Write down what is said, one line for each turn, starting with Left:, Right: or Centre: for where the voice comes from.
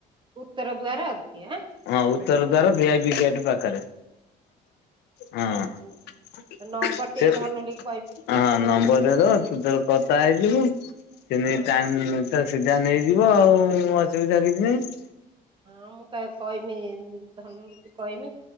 Right: ଉତ୍ତର ଦ୍ବାର ଅଛି ଆଁ।
Left: ହଁ ଉତ୍ତର ଦ୍ଵାର ଭି ଆଇ ପି ଗେଟ ପାଖରେ ହଁ।
Right: ଆଁ ନମ୍ବର ଟିକେ
Left: ସେ
Right: ଧନୁଲି କହି
Left: ଅହଁ ନମ୍ବର
Right: ମେସେଜ
Left: ଦେଇଦେବ ତୁ ତୋର କଥା ହେଇଯିବୁ ସେ ନେଇ
Right: ହଁ
Left: ଟାଇମ୍ ତାର ସିଧା ନେଇଯିବ ଆଉ ଅସୁବିଧା କିଛି ନାଇଁ।
Right: ହଁ ମୁଁ କା କହିମି ଧନୁଲୁକୁ କହିମି